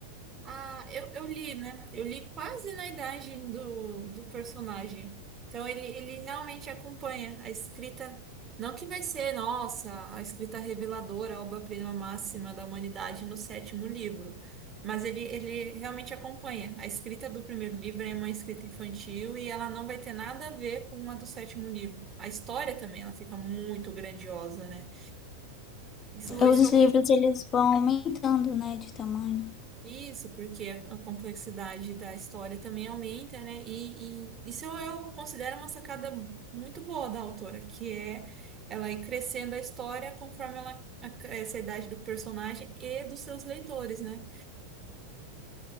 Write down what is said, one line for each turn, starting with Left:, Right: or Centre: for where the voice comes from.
Right: Ah, eu, eu li, né? Eu li quase na idade do, do personagem. Então ele, ele realmente acompanha a escrita. Não que vai ser, nossa, a escrita reveladora, a obra-prima máxima da humanidade no sétimo livro. Mas ele, ele realmente acompanha. A escrita do primeiro livro é uma escrita infantil e ela não vai ter nada a ver com a do sétimo livro. A história também, ela fica muito grandiosa, né? Isso, isso
Left: Os livros, eles vão aumentando, né, de tamanho.
Right: Isso, porque a a complexidade da história também aumenta, né? E, e isso eu, eu considero uma sacada muito boa da autora, que é ela ir crescendo a história conforme ela a- essa idade do personagem e dos seus leitores, né?